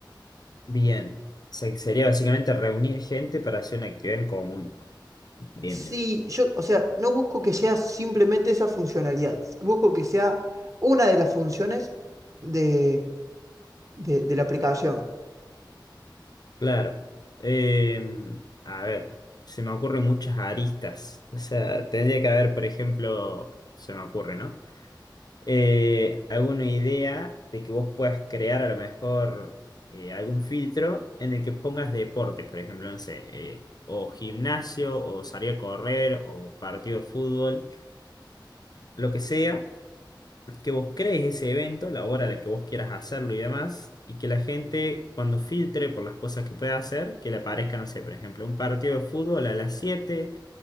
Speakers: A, on the left; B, on the right.
A: Bien, Se- sería básicamente reunir gente para hacer una actividad en común. Bien,
B: Sí,
A: bien.
B: yo, o sea, no busco que sea simplemente esa funcionalidad, busco que sea una de las funciones de de, de la aplicación.
A: Claro. Eh, a ver, se me ocurren muchas aristas. O sea, tendría que haber, por ejemplo, se me ocurre, ¿no? eh, alguna idea de que vos puedas crear a lo mejor eh, algún filtro en el que pongas deporte, por ejemplo, no sé, eh, o gimnasio, o salir a correr, o partido de fútbol, lo que sea, que vos crees ese evento, la hora a la que vos quieras hacerlo y demás, y que la gente cuando filtre por las cosas que pueda hacer, que le aparezca, no sé, por ejemplo, un partido de fútbol a las 7